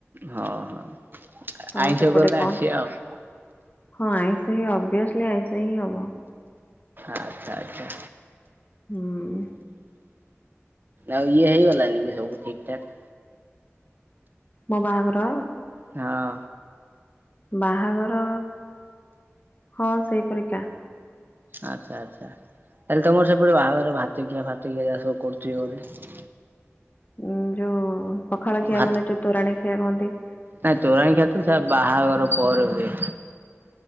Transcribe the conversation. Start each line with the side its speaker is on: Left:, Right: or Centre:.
Right: ହଁ ହଁ
Left: ତମ
Right: ଆଇଁଷ
Left: ସେପଟେ
Right: କଲେ
Left: କଣ?
Right: ଆସିବା ଆଉ।
Left: ହଁ ଆଇଁଷ ହିଁ ଅଭିଅସ୍ଲି ଆଇଁଷ ହିଁ ହବ।
Right: ଆଚ୍ଛା ଆଚ୍ଛା।
Left: ହୁଁ।
Right: ଆଉ ଇଏ ହେଇଗଲାଣି କି ସବୁ ଠିକ୍ ଠାକ୍?
Left: ମୋ ବାହାଘର?
Right: ହଁ।
Left: ବାହାଘର ହଁ ସେଇ ପରିକା।
Right: ଆଚ୍ଛା ଆଚ୍ଛା ତାହେଲେ ତମର ସେପଟେ ବାହାଘର ରେ ଭାତଖିଆ ଫାତଖିଆ ଯାହା ସବୁ କରୁଥିବ ତାହେଲେ?
Left: ଉଁ ଯୋଉ ପଖାଳ ଖିଆ
Right: ଭା
Left: ମାନେ ଯୋଉ ତୋରାଣୀ ଖିଆ କୁହନ୍ତି।
Right: ନାଇଁ ତୋରାଣି ଖିଆତ ସେ ବାହାଘର ପରେ ହୁଏ।